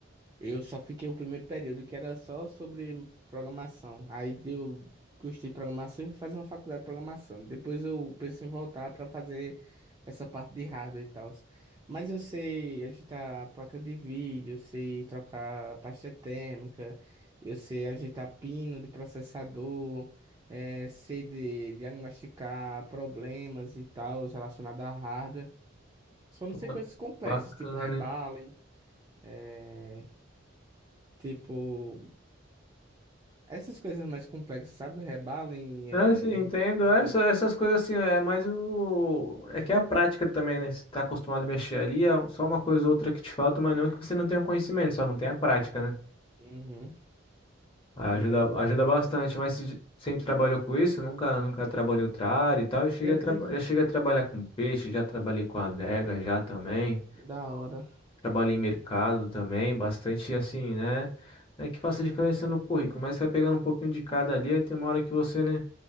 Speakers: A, on the right; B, on the left.
A: Eu só fiquei o primeiro período, que era só sobre programação. Aí deu, gostei de programação e fui fazer uma faculdade de programação. Depois eu pensei em voltar para fazer essa parte de hardware e tal. Mas eu sei agitar placa de vídeo, eu sei trocar a pasta térmica, eu sei agitar pino de processador, eh, sei de diagnosticar problemas e tal relacionados a hardware. Só não sei
B: Ba-
A: coisas complexas,
B: Bacana,
A: tipo rebalem,
B: hein?
A: eh, tipo. Essas coisas mais complexas, sabe? Rebalem, é...
B: É, sim, entendo.
A: Rose.
B: É, essa- essas coisas assim, é mais o. É que é a prática também, né? Você tá acostumado a mexer ali, é só uma coisa ou outra que te falta, mas não que você não tenha conhecimento, só não tem a prática, né?
A: Uhum.
B: Aí
A: É.
B: Ajuda, ajuda bastante, mas se sempre trabalhou com isso, nunca, nunca trabalhei outra área e tal. Eu cheguei
A: Eu
B: a traba-
A: pensei...
B: já cheguei a trabalhar com peixe, já trabalhei com adega já também.
A: Da hora.
B: trabalha em mercado também, bastante assim, né? Não É que faça diferença no currículo, mas você vai pegando um pouquinho de cada ali, aí tem uma hora que você, né,